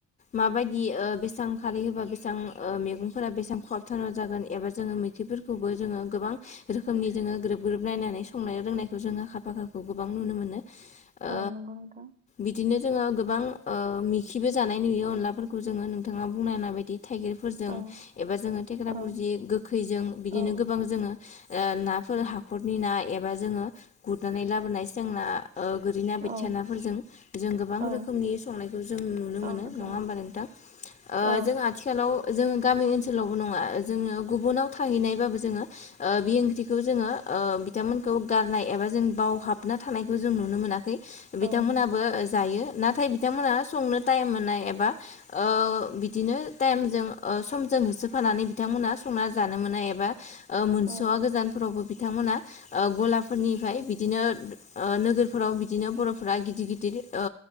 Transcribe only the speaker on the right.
औ नंगौ नोंथां
औ
औ
औ
औ
औ
औ
नंगौ
औ
औ नंगौ
औ